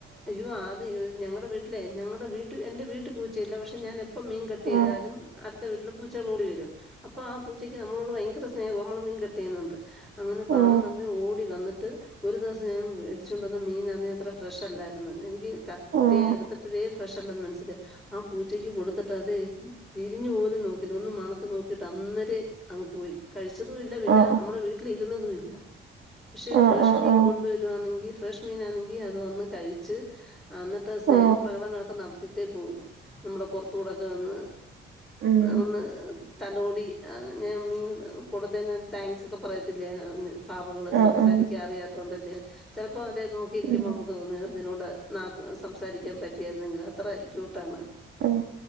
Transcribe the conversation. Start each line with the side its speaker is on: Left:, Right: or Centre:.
Centre: അയ്യോ ആ ദി ഇവ് ഞങ്ങടെ വീട്ടിലെ ഞങ്ങടെ വീട്ട് എന്റെ വീട്ടി പൂച്ചയില്ല പക്ഷെ ഞാനെപ്പം മീൻ കട്ട് ചെയ്താലും
Right: ആ
Centre: അടുത്ത വീട്ടിലെ പൂച്ചകൾ ഓടി വെരും അപ്പൊ ആ പൂച്ചയ്ക്ക് നമ്മളോട് ഭയങ്കര സ്നേഹാ നമ്മള് മീൻ കട്ട് ചെയ്യുന്നോണ്ട് അങ്ങനെ കാണ്ന്നന്ന്
Right: ആ
Centre: ഓടി വന്നിട്ട് ഒരു ദെവസം ഞാൻ വേടി ച്ചോണ്ട് വന്ന മീനന്ന് അത്ര ഫ്രഷ് അല്ലാര്ന്ന് എനിക്ക് കട്ട്യ്ത്യെടുത്തപ്പഴേ
Right: ആ ആ
Centre: ഫ്രഷല്ലന്ന് മൻസ്സിലായി ആ പൂച്ചക്ക് കൊടുത്തിട്ട് അതെയ് തിരിഞ്ഞു പോലും നോക്കില്ല ഒന്ന് മണത്ത് നോക്കിട്ട് അന്നേരെ അങ്ങ് പോയി കഴിച്ചതും ഇല്ല പിന്നെ
Right: ആ ആ
Centre: നമ്മടെ വീ ട്ടിലിരുന്നതു ഇല്ല പക്ഷെ
Right: ആ
Centre: ഫ്രഷ്
Right: ആ
Centre: മീൻ
Right: ആ
Centre: കൊണ്ടുവരുവാന്നെങ്കി ഫ്രഷ് മീനാണെങ്കി അത് വന്ന് കഴിച്ച് അന്ന്ട്ട് സ്നേഹപ്രകടനൊക്കെ
Right: ആ ആ
Centre: നടത്തിട്ടേ പോകൂ. നമ്മുടെ പൊർത്തുടൊക്കെ വന്ന്
Right: ഉം
Centre: ഒന്ന് തലോടി ഞാൻ മീൻ കൊടുത്തേന് താങ്ക്സ് ഒക്കെ പറയത്തില്യെ ഞാ... പാവങ്ങള്.
Right: ആ
Centre: സംസാരിക്കാൻ
Right: ആ
Centre: അറിയാത്തോണ്ടല്ലെ. ചെലപ്പൊ അവര് നോക്കിയിരിക്കുമ്പൊ
Right: ഉം
Centre: അമ്മക്ക് തോന്നും അതിനോട് നാക്ക് സംസാരിക്കാൻ പറ്റിയരുന്നെങ്കില് അത്ര ക്യൂട്ടാണ്.
Right: ആഹ്.